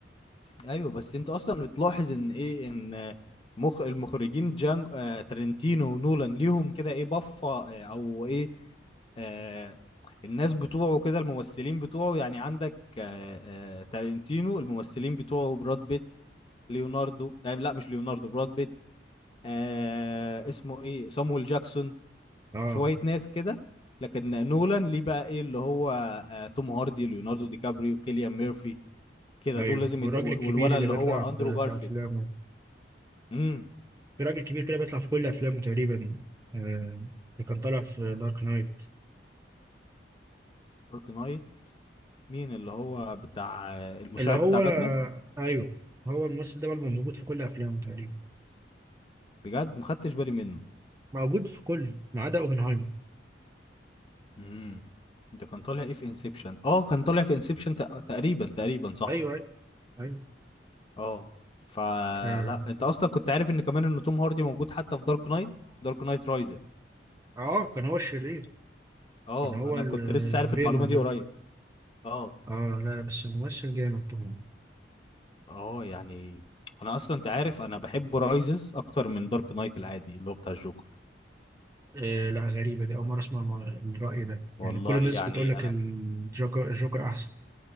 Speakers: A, on the left; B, on the right.
A: ايوه بس انت اصلا بتلاحظ ان ايه ان مخ المخرجين جان آه ترنتينو ونولان ليهم كده ايه بفه آه او ايه آه الناس بتوعه كده الممثلين بتوعه يعني عندك آه آه تارنتينو الممثلين بتوعه براد بيت ليوناردو آه لا مش ليوناردو براد بيت آه اسمه ايه صامويل جاكسون
B: اه
A: شوية ناس كده لكن نولان ليه بقى ايه اللي هو آه توم هاردي ليوناردو دي كابريو كيليان ميرفي كده
B: ايوه
A: دول لازم
B: والراجل
A: يت... و-
B: الكبير
A: والولد
B: اللي
A: اللي
B: بيطلع
A: هو اندرو
B: في
A: جارفيلد
B: في افلامه
A: امم
B: في راجل كبير كده بيطلع في كل افلامه تقريبا آه اللي كان طالع في دارك نايت
A: دارك نايت مين اللي هو بتاع المساعد
B: اللي هو
A: بتاع باتمان
B: ايوه هو الممثل ده بقى موجود في كل افلامه تقريبا
A: بجد ما خدتش بالي منه
B: موجود في كل ما عدا اوبنهايمر
A: امم ده كان طالع ايه في انسبشن اه كان طالع في انسبشن تقريبا تقريبا صح
B: ايوه ايوه ايوه
A: اه فلا
B: اه,
A: انت اصلا كنت عارف ان كمان ان توم هاردي موجود حتى في دارك نايت دارك نايت رايزز
B: آه كان هو الشرير
A: اه
B: كان هو
A: انا
B: البن
A: كنت لسه عارف المعلومه دي
B: ده
A: قريب اه
B: اه لا لا بس ممثل جامد طبعا
A: اه يعني انا اصلا انت عارف انا بحب رايزز اكتر من دارك نايت العادي اللي هو بتاع الجوكر
B: آه لا غريبة دي أول مرة أسمع الم- الرأي ده
A: والله
B: يعني كل الناس
A: يعني
B: بتقول لك
A: انا
B: الجوكر الجوكر أحسن